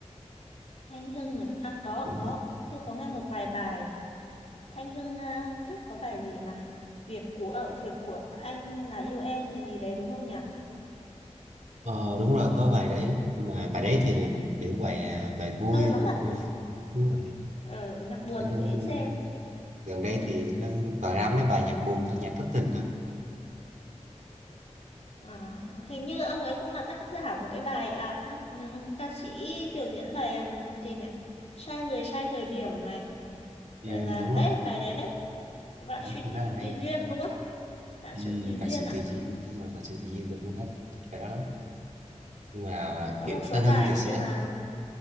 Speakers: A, on the left (about 60°); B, on the right (about 90°).
A: Thanh Hưng à? À có
B: đúng
A: có,
B: không
A: tôi có nghe một vài bài. Thanh Hưng à, trước có bài gì mà việc của ở việc của anh là yêu em gì gì đấy đúng không nhở?
B: ờ, đúng rồi có bài đấy nhưng mà bài đấy thì là một kiểu bài à, bài vui
A: Lâu lắm
B: rồi
A: rồi.
B: <laughs> nhưng đúng rồi
A: Ờ, nhạc buồn
B: Thanh
A: thì
B: Hưng
A: tôi ít xem.
B: gần đây thì Thanh Hưng toàn ra mấy bài nhạc buồn thôi nhạc thất tình thôi
A: À, hình như ông ấy cũng là tác giả của cái bài à không ừm, ca sĩ biểu diễn bài ừm, gì nhỉ sai người sai thời điểm này
B: ừ,
A: rồi là
B: đúng rồi
A: đấy bài đấy đấy vạn
B: bài đó
A: sự
B: cũng khá là hay
A: tùy duyên đúng không vạn
B: ừ,
A: sự tùy
B: bài
A: duyên
B: sự
A: à
B: tự nhiên đúng rồi phần sự tự nhiên tôi cũng hết bài đó lắm nhưng mà
A: rồi có
B: kiểu
A: một số
B: Thanh
A: bài
B: Hưng thì sẽ
A: như là